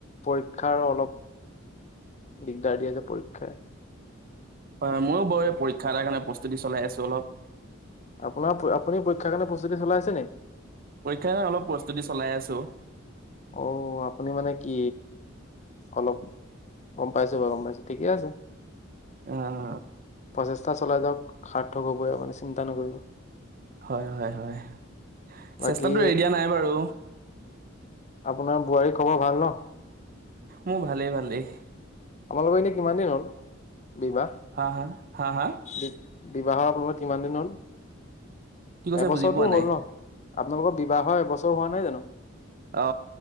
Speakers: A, on the left (about 35°); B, on the right (about 45°).
A: পৰীক্ষাৰ অলপ দিগদাৰ দি আছে পৰীক্ষাই।
B: হয় ময়ো বাৰু পৰীক্ষা এটা কাৰণে প্ৰস্তুতি চলাই আছো অলপ।
A: আপোনাৰ আপুনি পৰীক্ষাৰ কাৰণে প্ৰস্তুতি চলাইছে নে?
B: পৰীক্ষাৰ কাৰণে অলপ প্ৰস্তুতি চলাই আছো।
A: অ আপুনি মানে কি অলপ গম পাইছো বাৰু <unintelligible> ঠিকে আছে।
B: অ।
A: প্ৰচেষ্টা চলাই যাওক সাৰ্থক হ'বই মানে চিন্তা নকৰিব।
B: হয় হয় হয়
A: বাকী
B: চেষ্টাতটো এৰি দিয়া নাই বাৰু।
A: আপোনাৰ বোৱাৰীৰ খবৰ ভাল ন?
B: মোৰ ভালেই ভালেই।
A: আপোনালোকৰ এনে কিমান দিন হ'ল বিবাহ?
B: হা হা হা হা
A: বিবাহৰ আপোনালোকৰ কিমান দিন হ'ল?
B: কি কৈছে
A: এবছৰতো
B: বুজি পোৱা নাই
A: হ'ল ন? আপোনালোকৰ বিবাহৰ এবছৰ হোৱা নাই জানো?
B: অ